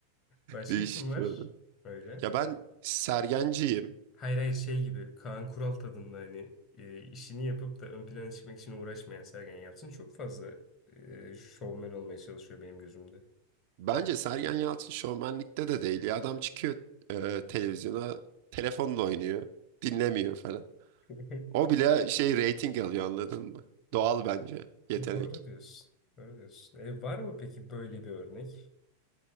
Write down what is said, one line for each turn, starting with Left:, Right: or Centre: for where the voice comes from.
Left: Başka
Right: Değişik
Left: kim var?
Right: bir adam.
Left: Öyle.
Right: Ya ben Sergenciyim.
Left: Hayır hayır şey gibi Kaan Kural tadında hani e, işini yapıp da ön plana çıkmak için uğraşmayan Sergen Yalçın çok fazla e, şovmen olmaya çalışıyor benim gözümde.
Right: Bence Sergen Yalçın şovmenlikte de değil. Ya adam çıkıyor e, televizyona telefonla oynuyor. Dinlemiyor falan.
Left: <laughs>
Right: O bile şey reyting alıyor anladın mı? Doğal bence yetenek.
Left: Doğru diyorsun. Doğru diyorsun. E, var mı peki böyle bir örnek?